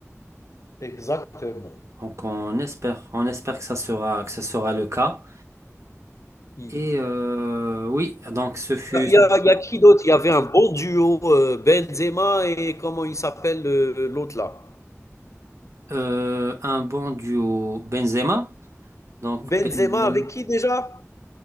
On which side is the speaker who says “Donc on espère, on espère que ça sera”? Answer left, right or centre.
Right